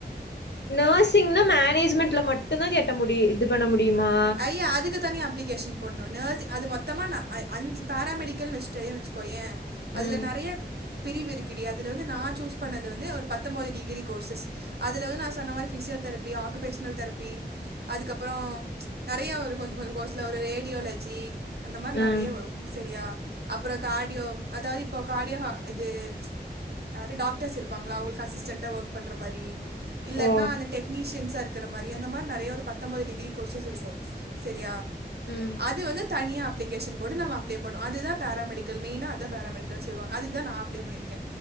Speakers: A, on the left; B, on the right.
A: நேர்சிங்னா மேனேஜ்மெண்ட்ல மட்டுந்தா கெட்ட முடி இது பண்ண முடியுமா
B: அய்ய அதுக்கு தனியா அப்ளிகேஷன் ஒன்னு நேர்ஸிங் அது மொத்தமா நா அஞ்சு பேராமெடிக்கல் வச்டேயே வச்சுக்கோயே அதுல
A: ம்
B: நெறையா பிரிவு இருக்குடி அதுல வந்து நா சூஸ் பண்ணது வந்து ஒரு பத்தொம்போது டிகிரி கோர்ஸஸ் அதுல வந்து நா சொன்ன மாரி ஃபிசியோ தெரபி ஆக்குபேஷ்னல் தெரப்பி அதுக்கப்பறோ நெறையா வரு கொஞ்ச கொஞ்ச கோர்ஸ்ல ஒரு ரேடியோலஜி அந்த மாரி நெறையா
A: ம்
B: வரு செரியா அப்றோ கார்டியோ அதாது இப்போ காடியோ ஹ இது யாரு டாக்டர்ஸ் இருப்பாங்களா அவங்களுக்கு அசிஸ்டண்ட்டா ஒர்க் பண்ற மாரி இல்லன்னா
A: ஓ
B: அந்த டெக்னீஷியன்ஸா இருக்குற மாரி அந்த மாரி நெறையா ஒரு பத்தொம்பொது டிகிரி கோர்சஸ் இருக்கு செரியா
A: ம்
B: அது வந்து தனியா அப்ளிகேஷன் போட்டு நம்ம அப்ளை பண்ணுவோ அதுதா பேராமெடிக்கல் மெய்னா அதுதா பேராமெடிக்கல் சொல்லுவாங்க அதுக்குதா நா அப்ளே பண்ணிருக்கே